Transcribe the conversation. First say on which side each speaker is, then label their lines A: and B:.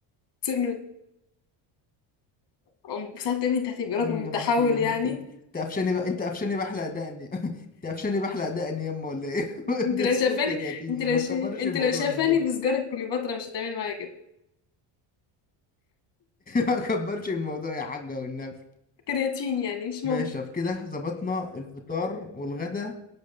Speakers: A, on the left; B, on the left.
A: تسيبني أم- ساعات تقول لي انت هتبقي راجل
B: ايه
A: متحول
B: يما في إيه يما
A: يعني
B: انت انت انت قفشاني بقى انت قفشاني بحلق دقني <laughs> انت قفشاني بحلق دقني يما ولا ايه <laughs>
A: انت
B: ده
A: لو
B: سكوب
A: شايفاني
B: كرياتين
A: انت
B: يما
A: لو
B: ما
A: شا...
B: تكبرش
A: انت
B: الموضوع
A: لو شايفاني
B: مننا
A: بسجاره
B: <laughs>
A: كليوباترا مش هتعملي معايا كده
B: ما تكبرش الموضوع يا حاجة والنبي
A: كرياتين يعني مش
B: ماشي
A: ممكن
B: طب كده ظبطنا الفطار والغدا